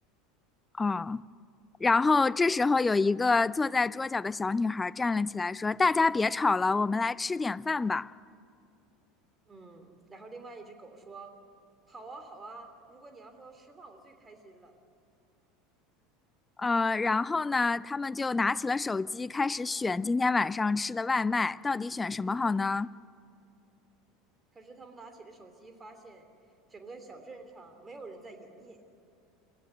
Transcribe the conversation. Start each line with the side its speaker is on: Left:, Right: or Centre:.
Left: 啊、然后这时候有一个坐在桌角的小女孩站了起来，说：“大家别吵了，我们来吃点饭吧。”
Right: 嗯，然后另外一只狗说：“好啊，好啊，如果你要说吃饭，我最开心了。”
Left: 呃，然后呢，他们就拿起了手机，开始选今天晚上吃的外卖，到底选什么好呢？
Right: 可是他们拿起了手机，发现整个小镇上没有人在营业。